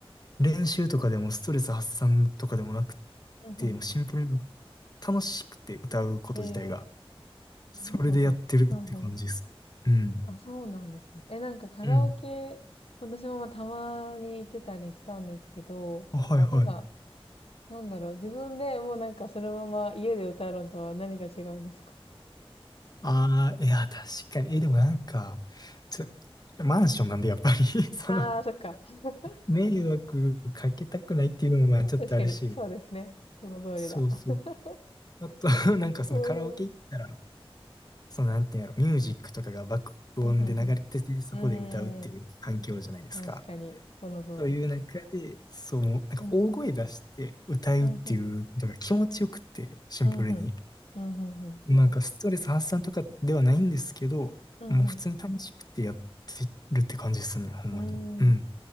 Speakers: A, on the left; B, on the left.
A: 練習とかでもストレス発散とかでもなく
B: うんうん。
A: て、もうシンプルになんか楽しくて歌うこと自体が、
B: え
A: それでやってるって感じです。
B: なるほど。うんうん。
A: うん。
B: あ、そうなんですね。え、なんかカラオケ、
A: うん。
B: 私もまあたまに行ってたりしたんですけど、
A: あ、はいはい。
B: なんか、なんだろう、自分でもうなんかそのまま家で歌うのとは何が違うんですか
A: ああ、いや、確かに。え、でもなんか、ちょ、マンションなんでやっぱり <laughs> その
B: ああー、そっか。<laughs>
A: 迷惑かけたくないっていうのもまあちょっとあるし、
B: 確かに、そうですね。その通りだ。
A: そうそう。
B: <laughs>
A: あと、<laughs> なんかそのカラオケ行ったら、
B: うん。うん
A: そのなんていうんやろ、ミュージックとかが爆音で流れてて、
B: うんうん。
A: そこで歌うっていう環境じゃないですか。
B: うん。確かに、その通り。
A: という中で、そう、なんか大声出して歌うっていうのが気持ちよくって、
B: うんうん。うんうん。
A: シンプルに。
B: うんうん。うんうんうん。
A: なんかストレス発散とかではないんですけど、
B: うんうん。
A: もう普通に楽しくてやってるって感じですね、ほんまに。
B: うん。
A: うん。